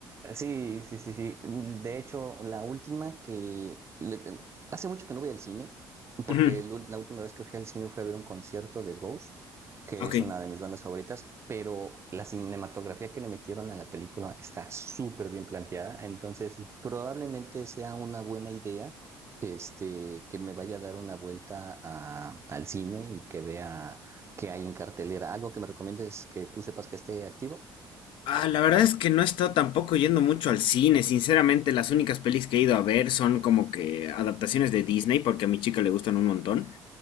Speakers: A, on the right; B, on the left.
A: Sí, sí, sí, sí. De hecho, la última que... le- Hace mucho que no voy al cine, porque
B: Ujú,
A: el ul- la última vez que fui al cine fue a ver un concierto de Ghost, que
B: Ok.
A: es una de mis bandas favoritas, pero la cinematografía que le metieron a la película está súper bien planteada, entonces probablemente sea una buena idea este, que me vaya a dar una vuelta a- al cine y que vea qué hay en cartelera. ¿Algo que me recomiendes que tú sepas que esté activo?
B: Ah, la verdad es que no he estado tampoco yendo mucho al cine. Sinceramente, las únicas pelis que he ido a ver son como que adaptaciones de Disney, porque a mi chica le gustan un montón.